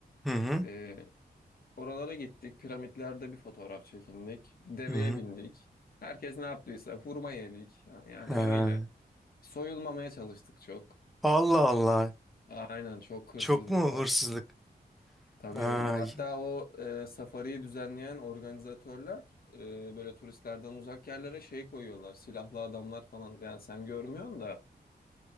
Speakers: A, in the centre; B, on the left (about 65°).
A: Hı hı.
B: Ee, oralara gittik. Piramitlerde bir fotoğraf çekindik. Deveye
A: Hı hı.
B: bindik. Herkes ne yaptıysa hurma yedik. Yani
A: Ha.
B: öyle. Soyulmamaya çalıştık çok.
A: Allah Allah.
B: Aynen çok hırsızlık
A: Çok mu
B: var.
A: hırsızlık?
B: Tabii
A: Ha.
B: hatta
A: y-
B: o e, safariyi düzenleyen organizatörler e, böyle turistlerden uzak yerlere şey koyuyorlar. Silahlı adamlar falan yani sen görmüyorsun da